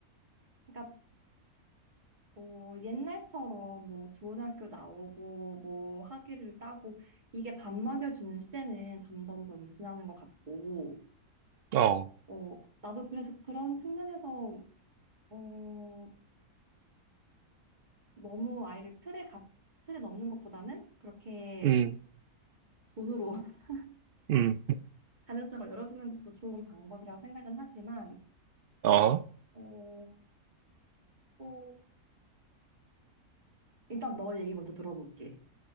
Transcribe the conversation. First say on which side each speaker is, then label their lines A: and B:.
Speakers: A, on the right (about 30°); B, on the right (about 75°).
A: 그러니까 어, 옛날처럼 뭐 좋은 학교 나오고 뭐 학위를 따고 이게 밥 먹여주는 시대는 점점점 지나는 것 같고
B: 어,
A: 어, 나도 그래서 그런 측면에서 어, 너무 아이를 틀에 가, 틀에 넣는 것보다는 그렇게
B: 음,
A: 돈으로 <laughs>
B: 음,
A: 가능성을 열어주는 것도 좋은 방법이라고 생각은 하지만
B: 어,
A: 어, 또 일단 너 얘기 먼저 들어볼게.